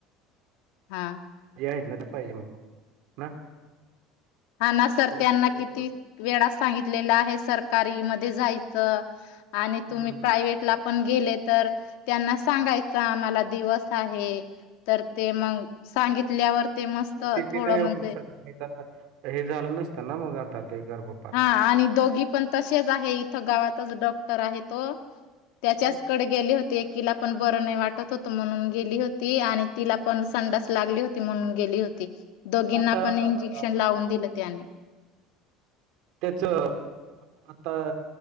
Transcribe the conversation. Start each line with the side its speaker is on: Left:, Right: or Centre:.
Left: हा
Right: ज आहेत न पाहिजे म्हणून ना
Left: हा ना सर
Right: तर
Left: त्यांना
Right: अ,
Left: किती वेळा सांगितलेला आहे सरकारी मध्ये जायचं आणि
Right: हं.
Left: तुम्ही प्रायव्टला पण गेले तर त्यांना सांगायच आम्हाला दिवस आहे तर ते मग सांगितल्यावर ते मस्त
Right: पती
Left: थोडं
Right: नाही होईल
Left: म्हणजे
Right: सगळ नाही हे झालं नसतं ना मग आता ते गर्भ
Left: हा आणि दोघी पण तसेच आहे इथं गावातच डॉक्टर आहे तो त्याच्याचकडे
Right: हं.
Left: गेली होती एकीला पण बर नाही वाटत होत म्हणून गेली होती आणि तिला पण संडास लागली होती म्हणून गेली होती दोघींना
Right: आता
Left: आपण इंजेक्शन
Right: अ,
Left: लावून दिलं त्यानी
Right: त्याचं आता